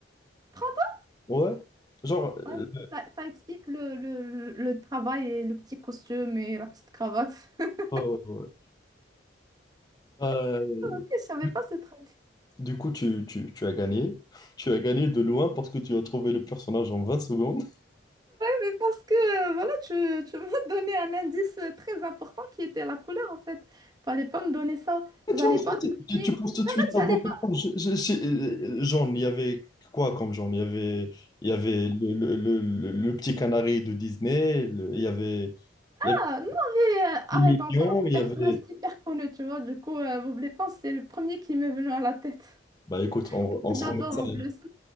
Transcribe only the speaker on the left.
Ouais. Genre, euh,
euh, euh, euh,
du
du coup, tu, tu, tu as gagné. Tu as gagné de loin parce que tu as trouvé le personnage en 20 secondes.
Et
toi aussi,
tu, tu- penses tout de
suite
à
Bob
Éponge. Je- je- je- euh, Genre, il y avait quoi comme genre? Il y avait, il y avait le, le, le, le- le petit canari de Disney, le- il y avait, il y avait
les millions,
il y avait...
Bah écoute, on, on
se
remet ça,